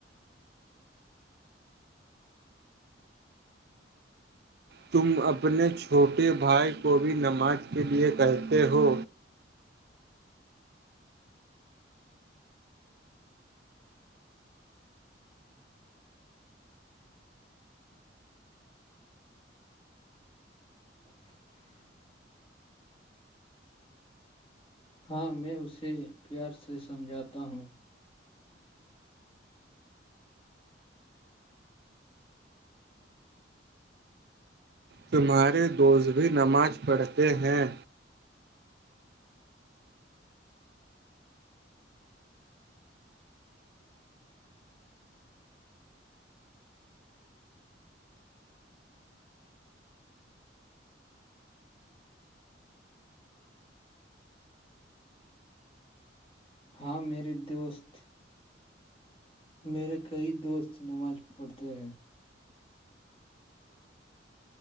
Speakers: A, on the right; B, on the left.
A: تم اپنے چھوٹے بھائی کو بھی نماز کے لیے کہتے ہو
B: <inaudible> ہاں میں اسے پیار سے سمجھاتا ہوں
A: تمہارے دوست بھی نماز پڑھتے ہیں
B: ہاں میرے دوست میرے کئی دوست نماز پڑھتے ہیں